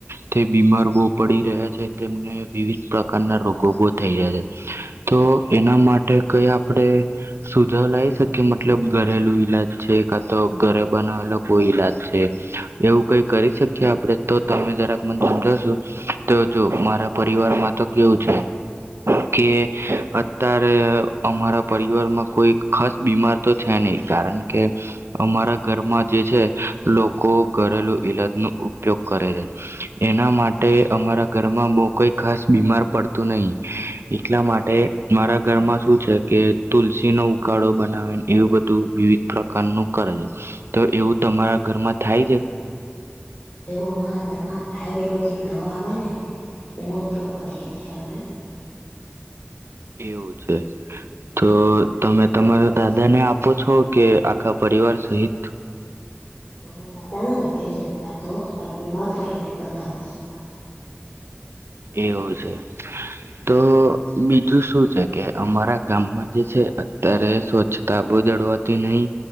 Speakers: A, on the right; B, on the left.
A: તે બીમાર બો પડી રહ્યા છે, તેમને વિવિધ પ્રકારના રોગો બ થઈ જાય છે. તો એના માટે કઈ આપડે સુધ જો લાવ શકીએ મતલબ ઘરેલું ઈલાજ છે, કાતો ઘરે બનાવેલો કોઈ ઈલાજ છે, એવું કઈ કરી શકીએ આપડે તો તમે જરાક મને સમજાવશો, તો જો મારા પરિવારમાં તો કેવું છે કે, અત્યાર અરે અમારા પરિવારમાં કોઈ ખાસ બીમાર તો છે નઈ, કારણકે અમારા ઘરમાં જે છે લોકો ઘરેલું ઈલાજ ન ઉપયોગ કરે છે, એના માટે અમારા ઘરમાં બહ કોઈ ખાસ બીમાર પડતું નઈ. એટલા માટે મારા ઘરમાં શું છે, કે તુલસી નો ઉકાળો બનાવે એવું બધું વિવિધ પ્રકારનું કરે છે. તો એવું તમારા ઘરમાં થાય છે?
B: એવું અમારા ઘરમાં આયુર્વેદિક દવા આવે ને એનો ઉપયોગ કરીએ છે, અમે.
A: એવું છે. તો તમે તમારા દાદાને આપો છો, કે આખા પરિવાર સહિત?
B: અ અમે દાદાને જ આપીએ છીએ અત્તાર તો, પણ બીમાર પડે એટલે બધાને આપીએ.
A: એવું છે. તો બી શું છે, કે અમારા ગામમાં જે છે, અત્યારે સ્વચ્છતા બહુ જડવાતી નહીં,